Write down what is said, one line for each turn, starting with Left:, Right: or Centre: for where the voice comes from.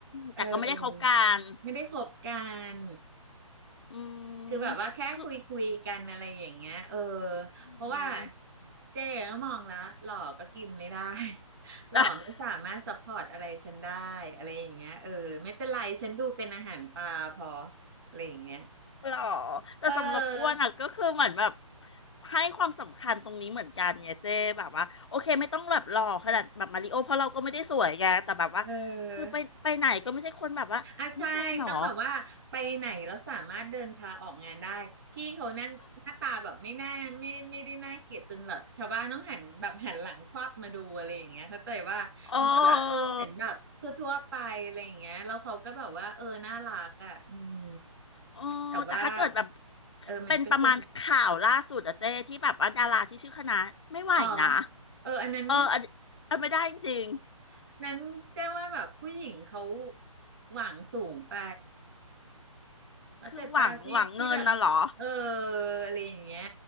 Right: เออ
Left: แต่ก็ไม่ได้เขากัน
Right: ไม่ได้คบกัน
Left: อื
Right: คือแบบว่าแค่คุยคุยกันอะไรอย่างเงี้ยเออ
Left: มคืออืม
Right: เพราะว่าเจ๊ก็มองแล้วหล่อก็กินไม่ได้ <laughs> หล่อไม่สามารถซัพพอร์ตอะไรฉันได้อะไรอย่างเงี้ยเออไม่เป็นไรฉันดูเป็นอาหารปลาพอ
Left: <laughs>
Right: อะไรอย่างเงี้ย
Left: หรอแต่สำหรับอ้วนอ่ะก็คือเหมือนแบบ
Right: เออ
Left: ให้ความสำคัญตรงนี้เหมือนกันไงเจ๊แบบว่าโอเคไม่ต้องแบบหล่อขนาดแบบมาริโอเพราะเราก็ไม่ได้สวยไงแต่แบบว่าคือไปไปไหนก็ไม่ใช่คนแบบว่านี่แฟนเหรอ
Right: เออ อ่ะใช่ต้องแบบว่าไปไหนแล้วสามารถเดินพาออกงานได้พี่เขาหน้าหน้าตาแบบไม่น่าไม่ไม่ได้น่าเกลียดจนแบบชาวบ้านต้องหันแบบหันหลังควับมาดูอะไรอย่างเงี้ยเข้าใจว่ามันก็แบบเออเหมือนแบบทั่วๆไปอะไรอย่างเงี้ยแล้วเขาก็แบบว่าเออน่ารักอ่ะอืม
Left: เออเออแต่ถ้าเกิดแบบ
Right: แต่ว่าเออมันก็จะมี
Left: เป็นประมาณข่าวล่าสุดอะเจ้ที่แบบว่าดาราที่ชื่อคณะไม่ไหวนะ
Right: อ๋อเอออันนั้น
Left: เอออันอันไม่ได้จริง
Right: อันนั้นแจ้งว่าแบบผู้หญิงเขาหวังสูงไป
Left: ๆ
Right: เข้าใจป่ะที่ที่แบบเออ
Left: คือหวังหวังเงินนะเหรอ
Right: อะไรอย่างเงี้ย